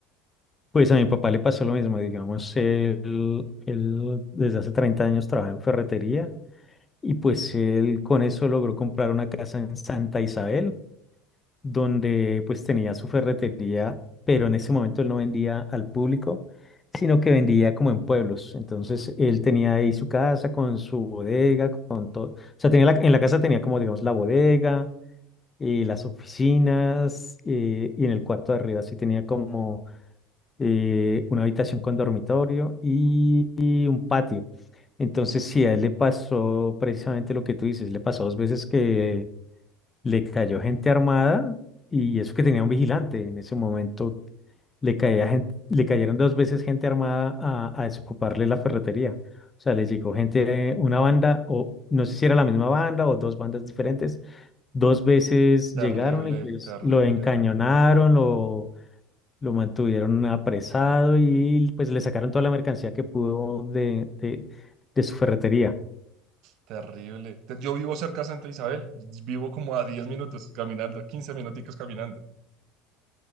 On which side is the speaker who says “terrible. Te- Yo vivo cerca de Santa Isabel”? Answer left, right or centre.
Right